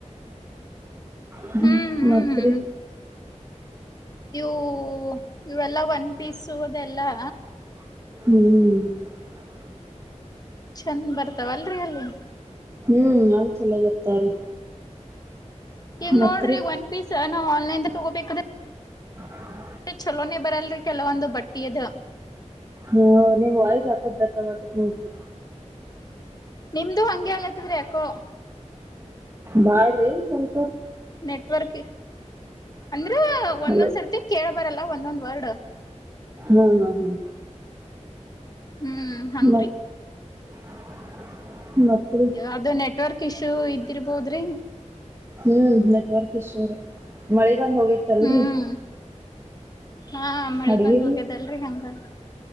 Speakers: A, on the right (about 20°); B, on the left (about 30°).
A: ಹ್ಮ
B: ಹ್ಮ್
A: ಮತ್ರಿ
B: ಹ್ಮ್ ಇವು ಇವೆಲ್ಲಾ ಒನ್ ಪೀಸ್ ಅದು ಎಲ್ಲಾ
A: ಹ್ಮ
B: ಚಂದ ಬರ್ತಾವ ಅಲ್ರಿ ಅಲ್ಲಿ
A: ಹ್ಮ್ ಚಲೋ ಬರ್ತಾವ್ರಿ
B: ಈಗ
A: ಮತ್ರಿ
B: ನೋಡ್ರಿ ಒಂದ್ ಪೀಸ್ ನ ಆನ್ಲೈನ್ ತಗೋಬೇಕ
A: <unintelligible>
B: ಚಲೋನೆ ಬರಲ್ರಿ ಕೆಲವೊಂದ ಬಟ್ಟಿ ಅದ
A: ಹ್ ನಿಮ್ ವಾಯಸ್ ಯಾಕೋ ಬ್ರೇಕ್ ಆಗತೇತಿ ನೋಡ್ರಿ
B: ನಿಮ್ದು ಹಂಗೆ ಆಗಲಾತೈತ್ರಿ ಯಾಕೋ
A: ಬಾಳ್ರಿ ಸ್ವಲ್ಪ
B: ನೆಟ್ವರ್ಕ್ ಅಂದ್ರ
A: ಹಲೋ
B: ಒಂದೊಂದ್ಸರ್ತಿ ಕೇೇಳಬರಲ್ಲ ಒಂದೊಂದ್ ವರ್ಡ್
A: ಹಾ ಹಾ ಹಾ
B: ಹ್ಮ ಹಂಗ್ರಿ
A: ಮತ್ <inaudible> ಮತ್ರಿ
B: ಆದ ನೆಟ್ವರ್ಕ್ ಇಶ್ಯೂ ಇದ್ದಿರ್ಬೋದ್ರಿ
A: ಹ್ಮ ನೆಟ್ವರ್ಕ್ ಇಶ್ಯೂರಿ ಮಳೆ ಬಂದ ಹೋಗೇತ್ತಲ್ರಿ
B: ಹ್ಮ್ ಹಾ ಮಳಿ
A: ಅಡಗಿರಿ
B: ಬಂದ್ ಹೋಗ್ಯದಲ್ರರಿ ಹಂಗಾಗಿ